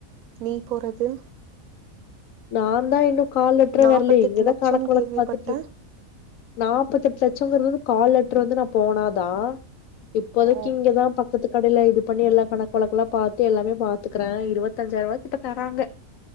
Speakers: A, on the right; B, on the left.
A: நீ போறது
B: நான் தா இன்னு கால் லெட்றே
A: நாப்பத்தெட்டு
B: வர்லே இங்கதா
A: லட்சோன்னு
B: கணக் வழக்
A: கேள்விப்பட்டே
B: பாத்துட்ருக் நாப்பத்தெட் லட்சங்கிறது வந்து கால் லெட்ரு வந்து நா போனாதா இப்போதைக்கு
A: ஓ
B: இங்கதா பக்கத்து கடைல இது பண்ணி எல்லா கணக்கு வழக்கெல்லாம் பார்த்து எல்லாமே பாத்துக்கறேன் இருபத்தஞ்சாயர ரூபாகிட்ட தராங்க